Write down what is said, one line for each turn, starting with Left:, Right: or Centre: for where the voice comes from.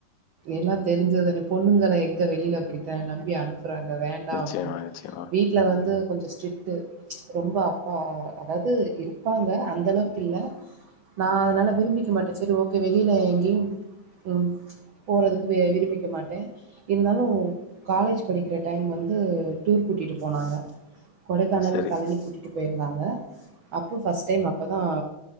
Right: எல்லா தெரிஞ்சதுதானே பொண்ணுங்கள எங்க வெளில அப்படி த நம்பி அனு ப்பறாங்க வேண்டா
Left: நிச்சயமா,
Right: அப்டின்னு
Left: நிச்சயமா.
Right: வீட்ல வந்து கொஞ்ச ஸ்ட்ரிக்டு ரொம்ப அப்பா அதாவது இருப்பாங்க அந்தளவு க்கு இல்ல நா அதனால விரும்பிக்க மாட்டே சரி ஓகே வெளில எங்கயு ம் போறதுக்கு அ விரும்பிக்க மாட்டே இருந்தாலு காலேஜ் படிக்கிற டைம் வந்து டூர் கூட்டிட்டு போனாங்க கொடைக்கானல்
Left: சரி.
Right: பழனி கூட்டிட்டு போயிருந்தா ங்க அப்ப ஃபஸ்ட் டைம் அப்பதா